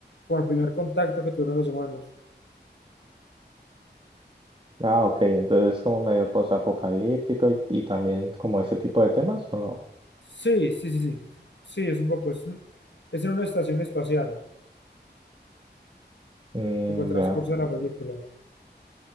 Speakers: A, on the left; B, on the right.
A: con el primer contacto que tuvieron los humanos.
B: Ah, ok, entonces es como medio posapocalíptico y, y también como ese tipo de temas, ¿o no?
A: Sí, sí, sí, sí, sí, es un poco, es, es en una estación espacial,
B: Mm,
A: tipo el transcurso
B: ya,
A: de la película.